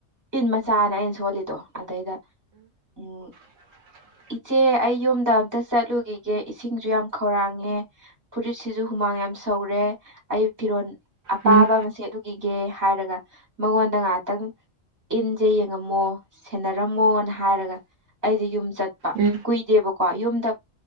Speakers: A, on the right; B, on the right.
A: ꯏꯟ ꯃꯆꯥꯅꯦ ꯑꯩꯅ ꯁꯣꯜꯂꯤꯗꯣ ꯑꯗꯩꯗ ꯎꯝ
B: <inaudible>
A: ꯏꯆꯦ ꯑꯩ ꯌꯨꯝꯗ ꯑꯝꯇ ꯆꯠꯂꯨꯈꯤꯒꯦ ꯏꯁꯤꯡꯁꯨ ꯌꯥꯝ ꯈꯧꯔꯥꯡꯉꯦ ꯐꯨꯔꯤꯠꯁꯤꯁꯨ ꯍꯨꯃꯥꯡ ꯌꯥꯝ ꯁꯧꯔꯦ ꯑꯩ ꯐꯤꯔꯣꯜ ꯑꯄꯥꯕ
B: ꯎꯝ
A: ꯑꯃꯁꯦꯠꯂꯨꯒꯤꯒꯦ ꯍꯥꯏꯔꯒ ꯃꯉꯣꯟꯗ ꯉ ꯇꯪ ꯏꯟꯁꯦ ꯌꯦꯡꯉꯝꯃꯣ ꯁꯦꯟꯅꯔꯝꯃꯣꯅ ꯍꯥꯏꯔꯒ ꯑꯩꯗꯤ ꯌꯨꯝ ꯆꯠꯄ
B: ꯎꯝ ꯎꯝ ꯎꯝ
A: ꯀꯨꯏꯗꯦꯕꯀꯣ ꯌꯨꯝꯗ